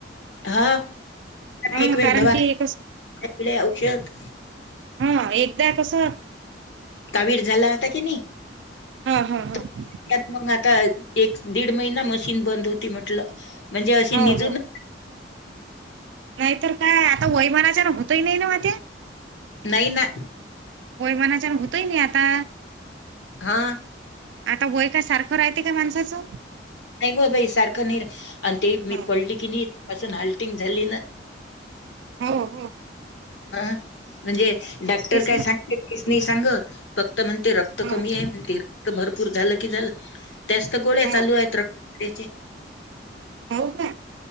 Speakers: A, on the left; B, on the right.
A: हा
B: हा
A: एक वेळ
B: कारण
A: <unintelligible>
B: की कस
A: औषध..
B: हा एकदा कसं..
A: कावीर झाला होता की नाही
B: हो हो
A: त्यात
B: हो
A: मग आ.... आता एक दीड महिना मशीन बंद होती म्हटलं. म्हणजे अशी
B: हो
A: निजून,
B: हो नाहीतर काय आता वैमानाच्या ना होतही नाही ना म ते,
A: नाहीना.
B: वयमानाच्यान होतय नाही आता
A: हां.
B: आता वय काय सारखं राहते. काय माणसाचं,
A: नाही ब बाई सारखं नाही आणि ते मी
B: हो
A: पडली की नाही पाून हल <unintelligible> झाली ना!
B: हा ओ
A: ह म्हणजे डॉक्टर काय
B: ना
A: सांगते कीस नाही सांगत फक्त त म्हणते रक्त
B: हो
A: कमी आहे म्हण रक्त भरपूर झालं की, झालं त्यास्त गोळ्या
B: हो
A: चालू आहेत रक्त तेचे
B: होऊ का!